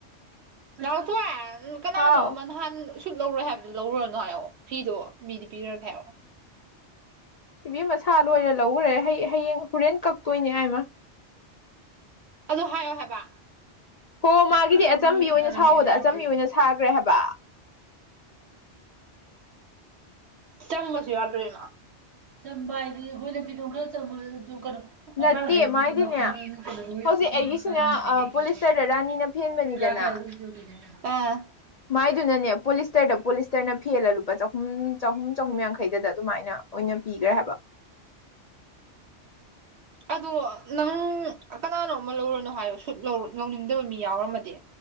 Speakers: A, on the right (about 70°); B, on the left (about 55°).
A: ꯅꯥꯎꯊꯑꯦ ꯀꯅꯥꯅꯣ
B: ꯍꯥꯎ
A: ꯑꯃ ꯅꯍꯥꯟ ꯁꯨꯠ ꯂꯧꯔꯣꯏ ꯍꯥꯏꯕꯗꯨꯣ ꯂꯧꯔꯨꯔꯅꯨ ꯍꯥꯏꯔꯛꯑꯣ ꯐꯤꯗꯣ ꯃꯤꯗꯤ ꯄꯤꯔꯒꯦ ꯍꯥꯏꯔꯛꯑꯣ
B: ꯇꯤꯚꯤ ꯃꯁꯥ ꯂꯣꯏꯔ ꯂꯧꯈꯔꯦ ꯍꯌꯦꯡ ꯍꯣꯔꯦꯟ ꯀꯛꯇꯣꯏꯅꯦ ꯍꯥꯏꯃ
A: ꯑꯗꯣ ꯍꯥꯏꯌꯣ ꯍꯥꯏꯕ
B: ꯍꯣ ꯃꯥꯒꯤꯗꯤ
A: ꯂꯧꯔꯨꯔꯅꯨ
B: ꯑꯆꯝꯕꯤ
A: ꯅꯣꯏ
B: ꯑꯣꯏꯅ
A: ꯏꯃꯥꯟꯅꯕꯤꯅ
B: ꯁꯥꯎꯕꯗ
A: ꯌꯥꯗ꯭ꯔꯦꯌꯦ
B: ꯑꯆꯝꯕꯤ ꯑꯣꯏꯅ ꯁꯥꯈ꯭ꯔꯦ ꯍꯥꯏꯕ
A: ꯆꯝꯕꯁꯨ ꯌꯥꯗꯣꯏꯃ ꯆꯝꯕ ꯍꯥꯏꯗꯤ ꯑꯩꯈꯣꯏꯅ ꯐꯤꯗꯣꯝ ꯈꯔ ꯆꯝꯕꯁꯨ ꯀꯩꯅꯣ ꯃꯄꯥꯥꯟ
B: ꯅꯠꯇꯦ
A: ꯍꯩꯗꯨꯗꯤ
B: ꯃꯥꯏꯗꯤꯅꯦ
A: ꯃ ꯀꯗꯖꯤꯁꯨꯇ
B: ꯍꯧꯖꯤꯛ ꯑꯩꯒꯤꯁꯤꯅ
A: ꯆꯥꯟꯅꯔꯝꯃꯦꯗ
B: ꯑ ꯄꯣꯂꯤꯁꯇꯔꯗ ꯔꯥꯅꯤꯅ ꯐꯦꯟꯕꯅꯤꯗꯅ
A: ꯌꯥ ꯀꯌꯥ <unintelligible> <inaudible>
B: ꯃꯥꯏꯗꯨꯅꯅꯦ ꯄꯣꯂꯤꯁꯇꯔꯗ ꯄꯣꯂꯤꯁꯇꯔꯅ ꯐꯦꯜꯂ ꯂꯨꯄꯥ ꯆꯍꯨꯝ ꯆꯍꯨꯝ ꯆꯍꯨꯝ ꯌꯥꯡꯈꯩꯗꯗ ꯑꯗꯨꯃꯥꯏꯅ ꯑꯣꯏꯅ ꯄꯤꯈ꯭ꯔꯦ ꯍꯥꯏꯕ
A: ꯑꯗꯣ ꯅꯪ ꯀꯅꯥꯅꯣ ꯑꯃ ꯂꯧꯔꯅꯨ ꯍꯥꯏꯌꯣ ꯁꯨꯠ ꯂꯧꯅꯤꯡꯗꯕ ꯃꯤ ꯌꯥꯎꯔꯝꯃꯗꯤ